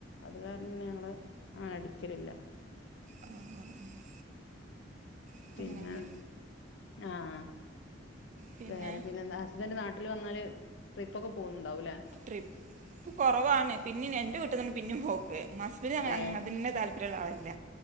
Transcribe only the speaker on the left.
അത് കാരണം പിന്നെ ഞങ്ങള് അങ്ങനെ അടിക്കലില്ല
പിന്നെ
ആഹ് അഹ്
വേറെ പിന്നെന്ത ഹസ്ബന്റ് നാട്ടിൽ വന്നാല് ട്രിപ്പോക്കെ പോന്നുണ്ടാവുലേ
ഏ